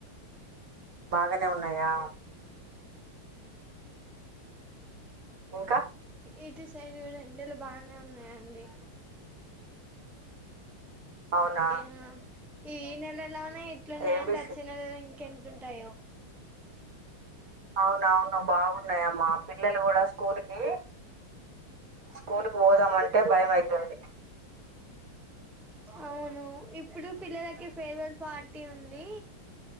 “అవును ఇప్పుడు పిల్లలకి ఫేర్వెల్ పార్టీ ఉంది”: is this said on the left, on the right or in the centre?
Centre